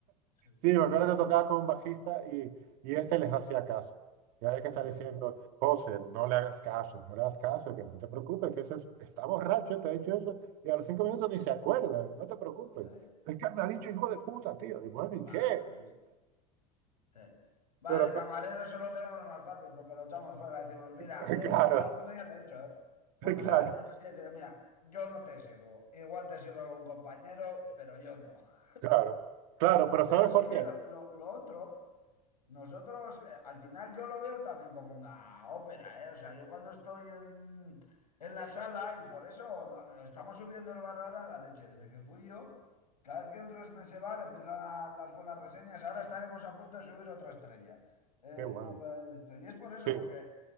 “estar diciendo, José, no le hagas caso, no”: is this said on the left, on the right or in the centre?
Right